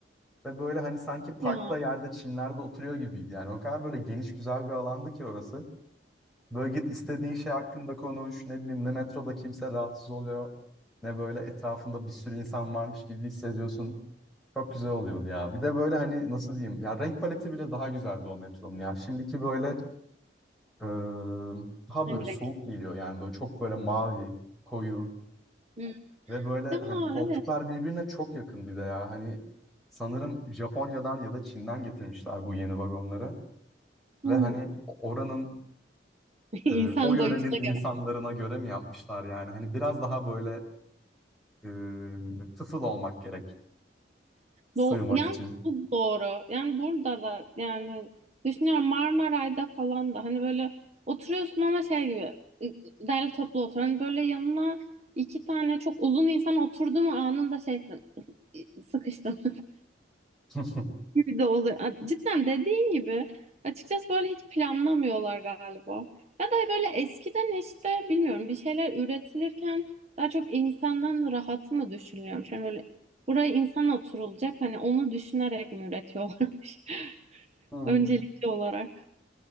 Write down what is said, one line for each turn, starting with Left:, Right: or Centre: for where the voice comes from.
Centre: Ve böyle hani sanki parkta
Right: Ya
Centre: yerde çimlerde oturuyor gibiydi. Yani o kadar böyle geniş güzel bir alandı ki orası. Böyle git istediğin şey hakkında konuş. Ne bileyim ne metroda kimse rahatsız oluyor. Ne böyle etrafında bir sürü insan varmış gibi hissediyorsun. Çok güzel oluyordu ya. Bir de böyle hani nasıl diyeyim. Ya renk paleti bile daha güzeldi o metronun ya. Şimdiki böyle eee, daha
Right: hangi
Centre: böyle soğuk
Right: renk?
Centre: geliyor. Yani böyle çok böyle mavi, koyu.
Right: Hı.
Centre: Ve böyle
Right: Ya
Centre: hani koltuklar
Right: evet.
Centre: birbirine çok yakın bir de ya. Hani sanırım Japonya'dan ya da Çin'den getirmişler bu yeni vagonları.
Right: Hı.
Centre: Ve hani oranın
Right: <laughs> İnsan
Centre: e, o yörenin
Right: boyutuna
Centre: insanlarına göre mi yapmışlar yani? Hani biraz daha böyle e, tıfıl olmak gerek sığmak
Right: Do yani
Centre: için.
Right: bu doğru. Yani burada da yani düşünüyorum Marmaray'da falan da hani böyle oturuyorsun ama şey gibi ı- derli toplu otur. Hani böyle yanına iki tane çok uzun insan oturdu mu anında şeysin <laughs> sıkıştın
Centre: <laughs>
Right: gibi de oluyor. A- Cidden dediğin gibi açıkçası böyle hiç planlamıyorlar galiba. Ya da böyle eskiden işte bilmiyorum bir şeyler üretilirken daha çok insandan rahatı mı düşünülüyormuş? Yani böyle buraya insan oturulacak hani onu düşünerek mi üretiyorlarmış <laughs>
Centre: Hı,
Right: öncelikli olarak.